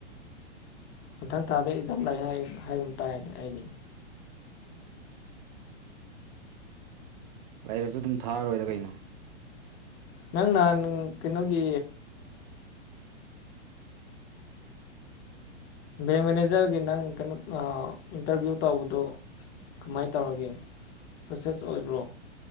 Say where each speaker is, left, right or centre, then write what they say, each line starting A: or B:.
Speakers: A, on the left; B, on the right.
A: ꯃꯊꯪ ꯊꯥꯗ ꯑꯦꯛꯖꯥꯝ ꯂꯩ ꯍꯥꯏꯕꯨꯝ ꯇꯥꯏꯗ ꯑꯩꯗꯤ
B: ꯂꯩꯔꯁꯨ ꯑꯗꯨꯝ ꯊꯥꯔꯣꯏꯗ ꯀꯩꯅꯣ
A: ꯅꯪꯅ ꯀꯩꯅꯣꯒꯤ ꯕꯦꯡ ꯃꯦꯅꯦꯖꯔꯒꯤ ꯅꯪ ꯀꯩꯅꯣ ꯏꯟꯇꯔꯚꯤꯌꯨ ꯇꯧꯕꯗꯨ ꯀꯃꯥꯏꯅ ꯇꯧ ꯇꯧꯔꯒꯦ ꯁꯛꯁꯦꯁ ꯑꯣꯏꯕ꯭ꯔꯣ